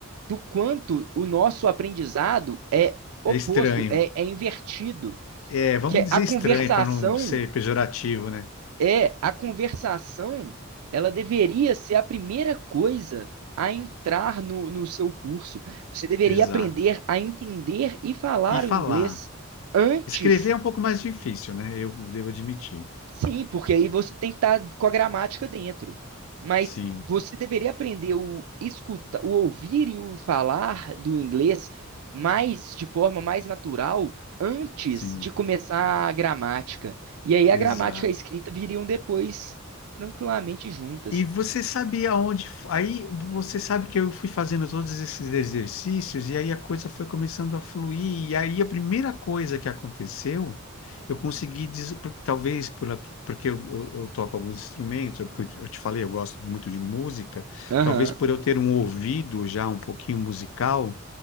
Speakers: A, on the right; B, on the left.
A: do quanto o nosso aprendizado é oposto,
B: É estranho.
A: é, é invertido.
B: É, vamos
A: Que é
B: dizer
A: a conversação
B: estranho para não ser pejorativo, né?
A: é a conversação, ela deveria ser a primeira coisa a entrar no, no seu curso. Você deveria
B: Exato.
A: aprender a entender e falar
B: E falar.
A: o inglês antes
B: Escrever é um pouco mais difícil, né? Eu devo admitir.
A: Sim, porque aí você tem que estar com a gramática dentro. Mas
B: Sim,
A: você deveria aprender o escuta, o ouvir e o falar do inglês mais de forma mais natural antes
B: sim.
A: de começar a gramática. E aí a
B: Exato.
A: gramática e a escrita viriam depois tranquilamente juntas.
B: E você sabia onde. Aí você sabe que eu fui fazendo todos esses exercícios, e aí a coisa foi começando a fluir. E aí a primeira coisa que aconteceu, eu consegui, des- por- talvez pela, porque eu, eu, eu toco alguns instrumentos, eu, eu te falei, eu gosto muito de música,
A: Aham,
B: talvez por eu ter um ouvido já um pouquinho musical,